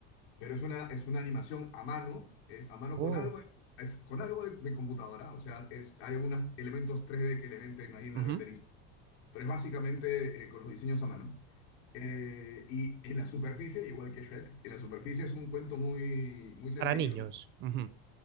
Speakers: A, on the left (about 85°); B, on the right (about 35°).
A: Pero es una, es una animación a mano, es a mano
B: oh
A: con algo, de- es con algo de, de computadora. O sea, es, hay algunos elementos tres d que le meten ahí en la
B: Ujú.
A: renderización. Pero es básicamente eh, con los diseños a mano. Eh, y en la superficie, igual que Shrek, en la superficie es un cuento muy, muy sencillo,
B: Para niños.
A: ¿no?
B: Ujú.